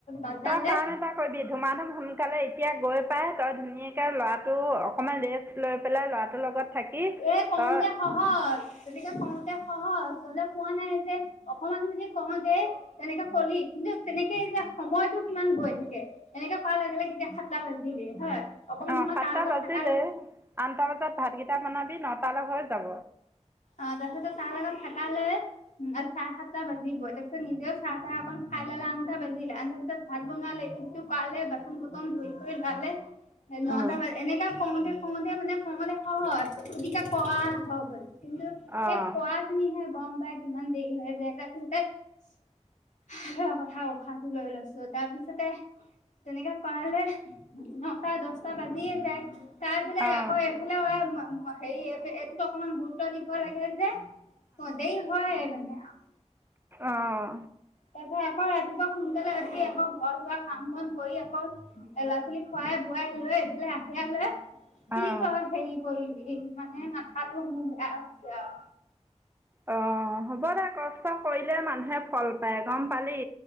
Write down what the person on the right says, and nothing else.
তই কাম এটা কৰিবি, ধুমা-ধুম সোনকালে এতিয়া গৈ পাই তই ধুনীয়াকে ল'ৰাটো অকমান ৰেষ্ট লৈ পেলাই ল'ৰাটোৰ লগত থাকি
তই
অঁ
সাতটা
বাজিলেই
আঠটা বজাত ভাতকেইটা বনাবি, নটালে হৈ যাব।
অঁ
অঁ
অঁ
অঁ
অঁ
অঁ
অ হ'ব দে, কষ্ট কৰিলে মানুহে ফল পাই গম পালি,